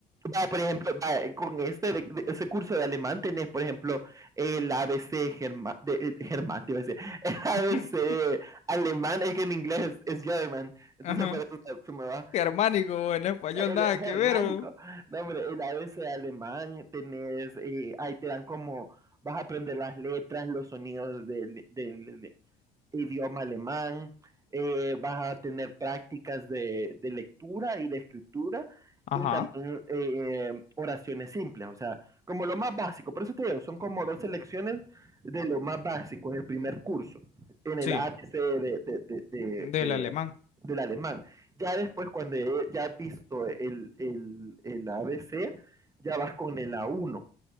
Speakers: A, on the right; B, on the left.
A: Vaya, por ejemplo, vaya, con este de- de- ese curso de alemán tenés, por ejemplo, el ABC germa- de, eh, germán, te iba a decir, <laughs> el
B: <laughs>
A: ABC alemán, es que en inglés es German, entonces
B: ajá.
A: por eso se, se me va
B: Germánico, en español
A: el
B: nada
A: germánico.
B: que ver. bo.
A: No, hombre, el ABC alemán tenés, eh, ahí te dan como, vas a aprender las letras, los sonidos del, del idioma alemán, eh, vas a tener prácticas de, de lectura y de escritura
B: Ajá,
A: y también eh, oraciones simples, o sea, como lo más básico. Por eso te digo, son como dos lecciones de lo más básico en el primer curso, en
B: sí,
A: el a ABC de, de- de- de-
B: del
A: de-
B: alemán.
A: del alemán. Ya después, cuando ya has visto el, el, el a ABC, ya vas con el A1